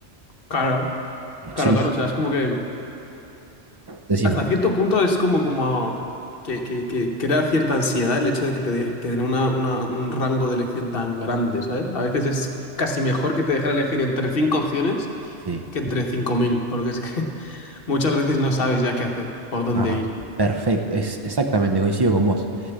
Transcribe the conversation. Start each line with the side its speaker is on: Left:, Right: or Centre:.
Left: Claro, claro,
Right: Sí,
Left: claro.
Right: sí.
Left: O sea, es como que...
Right: Decime.
Left: hasta cierto punto es como, como que, que, que crea cierta ansiedad el hecho de que te, de- te den una, una- un rango de elección tan grande, ¿sabes? A veces es casi mejor que te dejen elegir entre cinco opciones
Right: Sí,
Left: que entre cinco mil, porque es que <laughs> muchas veces no sabes ya qué hacer, por dónde
Right: ajá,
Left: ir.
Right: perfecto, es exactamente, coincido con vos.